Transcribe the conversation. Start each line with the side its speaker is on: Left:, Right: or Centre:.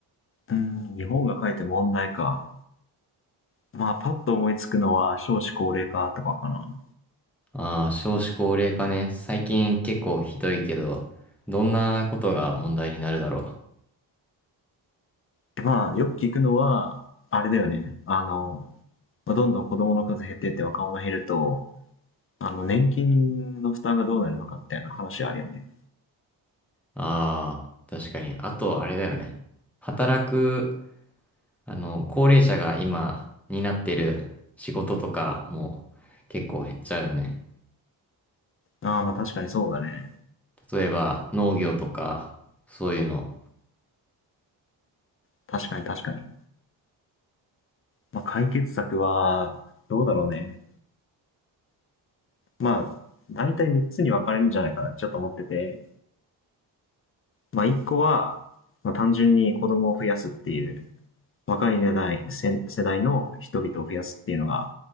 Left: うん、日本が書いて問題か。まあ、パッと思いつくのは少子高齢化とかかな。
Centre: ああ、少子高齢化ね。最近結構ひどいけど、どんなことが問題になるだろう。
Left: でまあ、よく聞くのは、あれだよね。あの、まあどんどん子供の数減ってって若者減ると、あの、年金の負担がどうなるのかみたいな話あるよね。
Centre: ああ、確かに。あとあれだよね。働く、あの、高齢者が今担ってる仕事とかも結構減っちゃうよね。
Left: ああ、まあ確かにそうだね。
Centre: 例えば農業とか、そういうの。
Left: 確かに確かに。まあ解決策は、どうだろうね。まあ、大体3つに分かれるんじゃないかな、ちょっと思ってて。まあ1個は、まあ単純に子供を増やすっていう若い世代、世世代の人々を増やすっていうのが